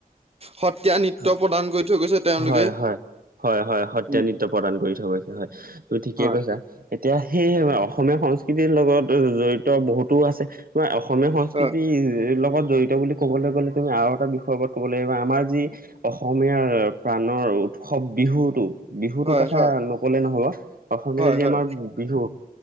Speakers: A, on the right; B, on the right.
A: সত্ৰীয়া নৃত্য
B: হয়।
A: প্ৰদান কৰি থৈ গৈছে, তেওঁলোকেই।
B: হয় হয় হয় হয় সত্ৰীয়া
A: উম।
B: নৃত্য প্ৰদান কৰি থৈ গৈছে হয়, তুমি ঠিকে
A: হয়,
B: কৈছা। এতিয়া সেইয়ে অসমীয়া সংস্কৃতিৰ লগত জড়িত বহুতো আছে, তোমাৰ অসমীয়া সংস্কৃতিৰ
A: হয়,
B: ই, লগত জড়িত বুলি ক'বলৈ গ'লে, তুমি আৰু এটা বিষয়ৰ ওপৰত ক'ব লাগিব, আমাৰ যি অসমীয়াৰ প্ৰাণৰ উৎসৱ, বিহুতো। বিহুটোৰ
A: হয়,
B: কথা
A: হয়,
B: নকলে নহব, অসমীয়া
A: হয়,
B: যি
A: হয়,
B: আমাৰ বিহু,